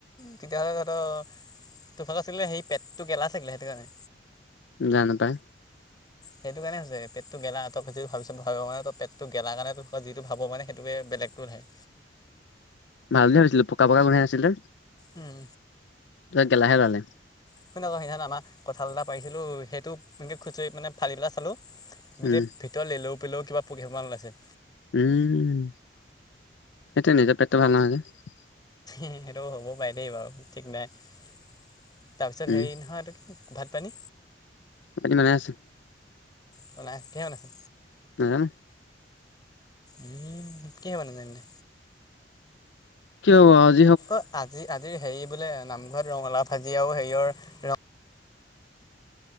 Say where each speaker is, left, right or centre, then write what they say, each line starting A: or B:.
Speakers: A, on the left (about 25°); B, on the left (about 80°).
A: তেতিয়া হ'লে তহত তো ফালে চেগা সেই পেটটো গেলা চাগিলে সেইটো কাৰণে
B: জানো পায়
A: সেইটো কাৰণে হৈছে পেটটো গেলা ত‌ই যিটো ভাবিছ ভাব মানে ত পেটটো গেলা কাৰণে ত যিটো ভাব মানে সেইটোকে বেলেগ টো নাই
B: আজিয়েই হৈছিলে পকা পকা গোন্ধাই আছিলে
A: উম
B: ত‌ই গেলাহে ওলালে
A: শুন আকৌ সেইদিনান আমাৰ কঠাঁল এটা পাৰিছিলো, সেইটো এনেকে খুচৰি মানে ফালি পেলাই চালো গোটেই
B: উম
A: ভিতৰত লেও পেলেও কিবা পোক এসোপা মান ওলাইছে
B: উম, সেইটোৱে নিজৰ পেটটো ভাল নহয় যে
A: সেইটো হ'ব পাই দেই বাৰু ঠিক নাই তাৰপিছত
B: উম
A: হেৰি নহয় এটো কি ভাত পানী?
B: বনাই আছে
A: বনাই আছে কিহে বনাইছে?
B: নাযানো
A: উম কি হ'ব নাজানিলে
B: কি হ'ব আও
A: অ আজি আজিৰ হেৰি বোলে নামঘৰত ৰঙালাও ভাজি আৰু হেৰিয়ৰ ৰ